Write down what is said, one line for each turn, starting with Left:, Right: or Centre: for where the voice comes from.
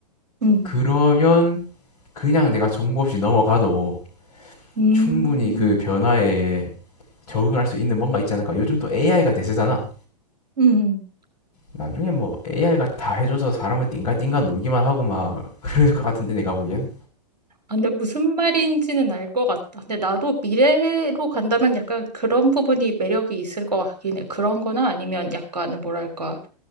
Right: 음,
Left: 그러면 그냥 내가 정보 없이 넘어가도
Right: 음,
Left: 충분히 그 변화에 적응할 수 있는 뭔가 있지 않을까. 요즘 또 AI가 대세잖아.
Right: 음.
Left: 나중에 뭐 AI가 다 해줘서 사람을 띵가띵가 놀기만 하고 막 <laughs> 그럴 것 같은데 내가 보기엔.
Right: 아, 근데 무슨 말인지는 알 것 같다. 근데 나도 미래로 간다면 약간 그런 부분이 매력이 있을 것 같긴 해. 그런 거나 아니면 약간 뭐랄까.